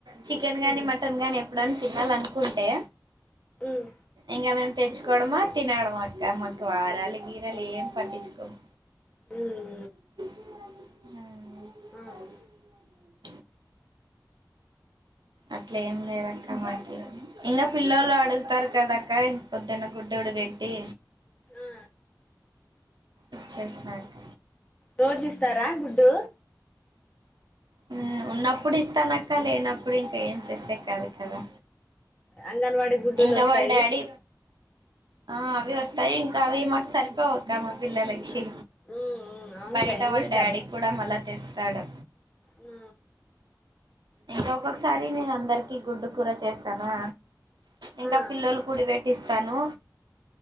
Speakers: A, on the right; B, on the left.
A: చికెన్
B: ఉమ్
A: గానీ మటన్ గానీ ఇపుడు అయినా తినాల అనుకుంటే
B: ఉమ్
A: ఇంకా మేము తెంచుకోవడమా తినడమా అక్క మాకు వారాలు గీరాలు ఏం పట్టించుకోమ్
B: మ్మ్
A: మ్మ్
B: అవును
A: అట్లే ఏం లేదక్క మాకి ఇంకా పిల్లొలు అడుగుతారు కదక్క పొద్దున్న గుడ్డ డు పెట్టి
B: ఆ
A: ఇచ్చేసి నక్క
B: రోజు ఇస్తారా గుడ్డు
A: మ్మ్ ఉన్నప్పుడు ఇస్తానక్క లేనప్పుడు ఇంకా ఏం చేసే కాదు కదా
B: అంగన్వాడీ గుడ్డులు
A: ఇంకా
B: వస్తాయి
A: వాళ్ళ డాడీ ఆ అవి వస్తాయి ఇంకా అవి మాకు సరిపోవక్క మా పిల్లలకి
B: ఉమ్ ఉమ్ అవునులే
A: బయట
B: ఎన్ని
A: వాళ్ళ
B: ఇస్తారు
A: డాడీ కూడా మళ్ళా తెస్తాడు
B: ఆ
A: ఇంక ఒక్కొక్కసారి నేను అందరికి గుడ్డు కూర చేస్తానా ఇంకా
B: ఆ
A: పిల్లలు కూడి పెట్టిస్తాను